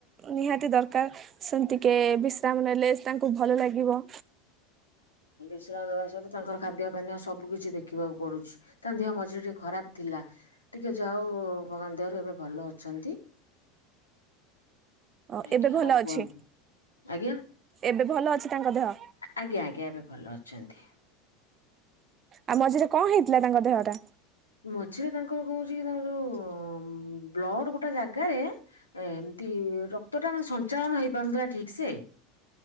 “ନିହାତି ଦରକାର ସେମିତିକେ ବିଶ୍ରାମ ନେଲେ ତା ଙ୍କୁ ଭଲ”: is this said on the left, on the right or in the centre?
Right